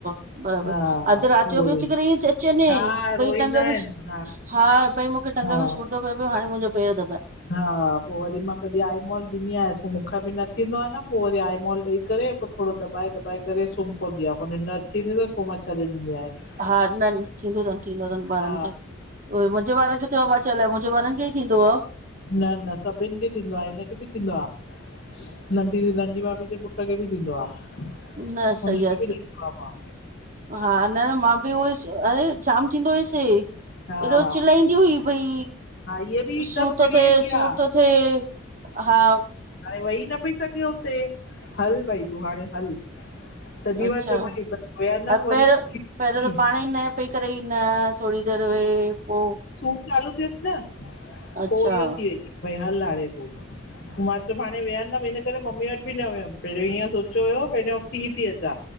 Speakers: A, on the right; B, on the left.
A: बराबर
B: हा
A: अधु
B: उहो
A: राति जो बि अची
B: ई
A: करे ईअ अचे न
B: हा
A: भई
B: रोईंदा
A: टंग बि
B: आहिनि
A: हा भई टंग
B: हा
A: में सूर थो पियो हाणे मुंहिंजो पेर दबे।
B: हा पोइ वरी मां कॾहिं आईमॉल ॾिनी आयसि पो मूंखे बि न थींदो आहे न पोइ वरी आई ई करे पोइ थोरो दाए दॿाए करे सुम्ही पवंद आहे,। ॾींदी आयसि
A: हा, न न थींदो अथनि थींदो अथन ॿारनि
B: हा
A: खे। उहे मुंहिंजे वारनि खे थियो आहे पा चालाए मुंहिंजे वारारनि खे ई थींदो आहे।
B: न न सभिनि खे थींदो आहे हिनखे बि थींदो आहे। नंढी नंढी भाभी जे पुट खे बि थींदो आहे।
A: न
B: हुनखे
A: सही आहेसि,
B: बि ॾिठो आहे मां
A: हा न मां बि उहई। अरे जाम थींदो हुयसे,
B: हा
A: एॾो चिलाईंदी हुई भई।
B: हा हीअ बि हिकदमि
A: सूर थो
B: चिड़ी
A: थिए,
B: वेंदी
A: सूर
B: आहे
A: थो थिए हा।
B: वेईी न पई सघे उते हल भई तूं हाणे हल। तॾहिं
A: अचछा
B: मां चयोमांइ वियनमि वरी
A: पहिरियों त पाण ई न पई करे ई न थोरी देरि। पोइ
B: सूर चालू थियसि न
A: अच्छा
B: पोइ इहो भई हल हारे तूं। मां चयो हाणे वेंदमि हिनन करे मम्मी वटि बि न वियमि पहिरियों इअं सोचियो हुओ थी अचां।